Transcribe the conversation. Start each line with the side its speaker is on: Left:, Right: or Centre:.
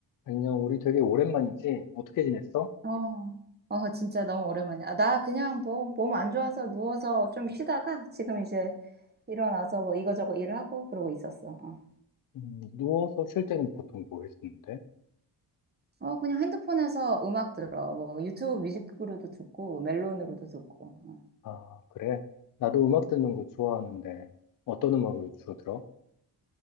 Left: 안녕, 우리 되게 오랜만이지? 어떻게 지냈어?
Right: 어, 어, 진짜 너무 오랜만이야. 아, 나 그냥 뭐, 몸 안 좋아서 누워서 좀 쉬다가 지금 이제 일어나서 뭐 이거저거 일하고 그러고 있었어. 어,
Left: 음, 누워서 쉴 때는 보통 뭐 했었는데?
Right: 어, 그냥 핸드폰에서 음악 들어. 뭐 유튜브 뮤직으로도 듣고, 멜론으로도 듣고. 어.
Left: 아, 그래? 나도 음악 듣는 거 좋아하는데, 어떤 음악을 주로 들어?